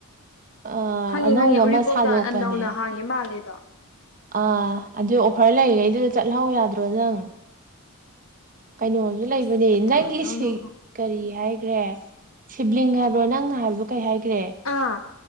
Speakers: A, on the right; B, on the left.
A: ꯑꯥ
B: ꯈꯪꯉꯦ
A: ꯑꯅꯧꯕ
B: ꯈꯪꯉꯦ
A: ꯑꯃ
B: ꯎꯔꯤꯄꯣꯛꯇ
A: ꯁꯥꯗꯣꯛꯄꯅꯦ
B: ꯅꯧꯅ ꯍꯥꯡꯉꯦ ꯃꯥꯜꯂꯦꯗꯣ
A: ꯑꯥ ꯑꯗꯨ ꯑꯣꯐꯔ ꯂꯩꯔꯤꯈꯩꯗꯨꯗ ꯆꯠꯍꯧ ꯌꯥꯗ꯭ꯔꯣ ꯅꯪ ꯀꯩꯅꯣꯁꯨ ꯂꯩꯕꯅꯦ
B: ꯑꯁ ꯀꯩꯗꯧꯔꯨꯗꯧꯅꯣ
A: ꯅꯪꯒꯤ ꯁꯤ ꯀꯔꯤ ꯍꯥꯏ ꯦ ꯁꯤꯕ꯭ꯂꯤꯡ ꯍꯥꯏꯕ꯭ꯔꯣ ꯅꯪꯅ ꯍꯥꯏꯕ꯭ꯔꯣ ꯀꯩ ꯍꯥꯏ ꯀ꯭ꯔꯦ
B: ꯑꯥ